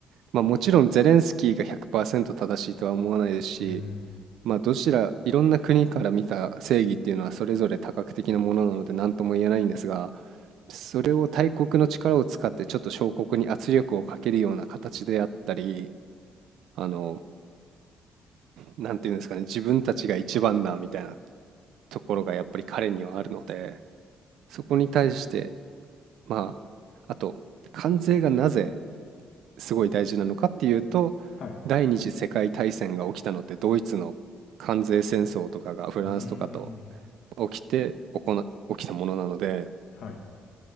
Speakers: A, on the right; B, on the left.
A: まあもちろんゼレンスキーが100%正しいとは思わないですし、
B: うーん。
A: まあどちら、いろんな国から見た正義っていうのはそれぞれ多角的なものなので何とも言えないんですが、それを大国の力を使ってちょっと小国に圧力をかけるような形であったり、あの、なんていうんですかね、自分たちが一番だみたいなところがやっぱり彼にはあるので、そこに対してまあ、あと、関税がなぜすごい大事なのかっていうと、
B: はい。
A: 第二次世界大戦が起きたのってドイツの関税戦争とかがフランスとかと
B: うーん。
A: 起きて行な起きたものなので、
B: はい。